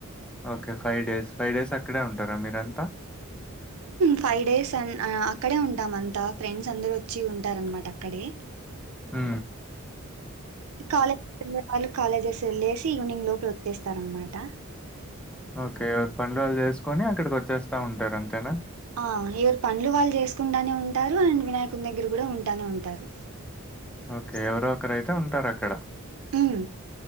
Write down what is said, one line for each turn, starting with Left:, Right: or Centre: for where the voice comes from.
Centre: okay five days five days అక్కడే ఉంటారా మీరంతా
Right: ఫైవ్ డేస్ అక్కడే ఉంటాం అంతా ఫ్రెండ్స్ అందరుూ వచ్చి ఉంటార అనమాట అక్కడే
Centre: ఆ
Right: కాలేజ్ళ్ కాలేజ్ లేసి ఈవినింగ్ లోపు వతిస్తార అనమాట
Centre: ఓకే ఎవరి పనులు వాళ్ళు చేసుకొని అక్కడికి వచ్చేస్తా ఉంటారు అంతేనా
Right: ఆ ఎవరు పనులు వాళ్ళు చేసుకుంటానే ఉంటారు అండ్ వినాయకుని దగ్గర కూడా ఉంటానే ఉంటారు
Centre: ఓకే ఎవరో ఒకరుైతే ఉంటారు అక్కడ
Right: తన్